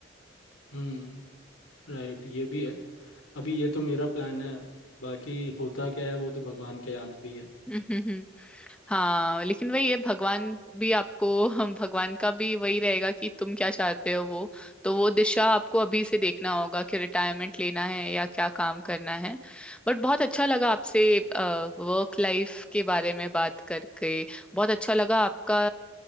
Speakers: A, on the left (about 90°); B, in the centre.
A: हम्म राइट ये भी है अभी ये तो मेरा प्लान है बाकी होता क्या है वो तो भगवान के हाथ पे ही है
B: <laughs> हाँ लेकिन वही है भगवान भी आपको हम भगवान का भी वही रहेगा कि तुम क्या चाहते हो वो तो वो दिशा आपको अभी से देखना होगा कि रिटायरमेंट लेना है या क्या काम करना है बट बहुत अच्छा लगा आपसे वर्क लाइफ के बारे में बात करके बहुत अच्छा लगा आपका